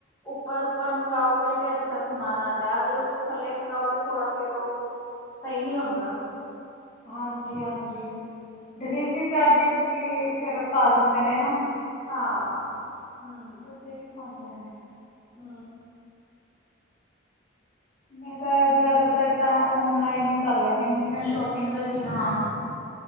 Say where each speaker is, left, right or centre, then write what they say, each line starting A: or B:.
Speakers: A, on the left; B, on the left.
A: ਉਪਰ ਉਪਰ ਮੰਗਾਓ ਫੇਰ ਤੇ ਅੱਛਾ ਸਮਾਨ ਆਉਂਦਾ, ਅਗਰ ਉਸ ਤੋਂ ਥੱਲੇ ਮੰਗਵਾਓ ਤੇ ਥੋੜਾ ਫੇਰ ਉਹ ਸਹੀ ਨਹੀ ਹੁੰਦਾ।
B: ਹਾਂਜੀ ਹਾਂਜੀ, ਡਿਲੀਵਰੀ ਚਾਰਜਿਸ ਵੀ ਫਿਰ ਪਾ ਦਿੰਦੇ ਨੇ ਨਾ।
A: ਹਾਂ
B: ਉਹਦੇ ਵੀ ਖਾਂਦੇ ਨੇ
A: ਹਾਂ
B: ਮੈਂ ਤਾਂ ਜ਼ਿਆਦਾਤਰ ਤਾਂ ਓਨਲਾਈਨ ਹੀ ਕਰ ਲੈਂਦੀ ਹੁੰਦੀ ਹਾਂ ਸ਼ੋਪਿੰਗ ਜੀ ਹਾਂ